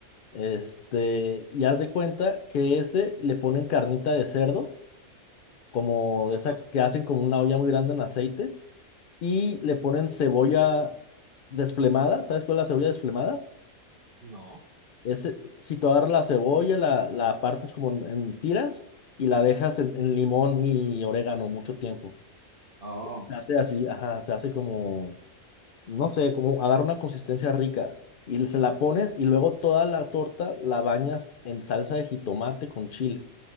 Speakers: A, on the left; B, on the right.
A: Este, y haz de cuenta que ese le ponen carnita de cerdo, como
B: Ajá.
A: de esa que hacen como una olla muy grande en aceite y le ponen cebolla desflemada. ¿Sabes cuál es la cebolla desflemada?
B: No.
A: Es eh, situar la cebolla, la, la partes como en, en tiras y la dejas en, en limón y orégano mucho tiempo.
B: Oh,
A: Se hace así, ajá, se hace como, no sé, como agarra una consistencia rica. Y se la pones y luego toda la torta la bañas en salsa de jitomate con chile.